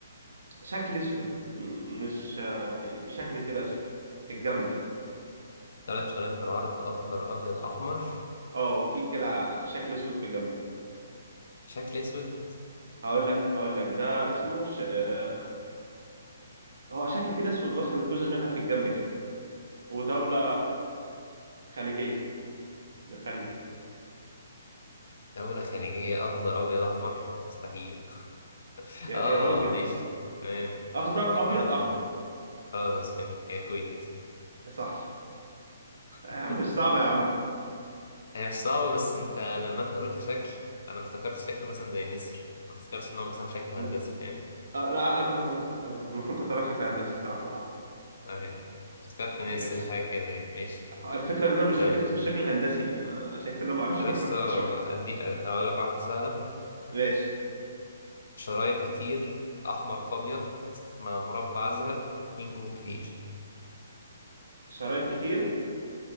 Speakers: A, on the right (about 70°); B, on the left (about 65°).
A: شكل اسود م- مش آه، يعني شكل كده اسود في الجنب يعني.
B: ثلاث شرايين بالعرض أخضر أبيض أحمر
A: اه وفي كده شكل اسود في الجنب
B: شكل أسود
A: هقول لك اقول لك ده اسمه ش... آه، هو شكل كده اسود واخد جزء منها في الجنب كده ودوله خليجيه بالخليج
B: دولة خليجية أخضر أبيض أحمر مستحيل <laughs>
A: يا
B: اه
A: يا راجل
B: ماشي تمام
A: اخضر
B: بس
A: ابيض احمر
B: خلاص فهمت هي الكويت
A: صح آه يا
B: <laughs>
A: عم مش صعب يا عم
B: هي مش صعبة بس انت لما انت قلت شكل انا افتكرت شكل مثلا زي النسر ما افتكرتش ان هو مثلا شكل
A: لا
B: هندسي فاهم
A: آه، لا انا أنا- أنا كنت المفروض كنت رايح شكل هندسي الصراحه صح
B: اه يعني افتكرت نسر
A: ماشي
B: حاجة كده يعني ماشي
A: آه، الفكره ان انا مش
B: طيب
A: فاكر اسم الشكل الهندسي انا عشان كده ما اعرفش
B: بس
A: <laughs> ما فرقتش ولا-
B: ادي اقول لك واحدة سهلة
A: ماشي
B: شرايط كتير احمر في ابيض مع مربع ازرق فيه نجوم كتير
A: شرايط كتير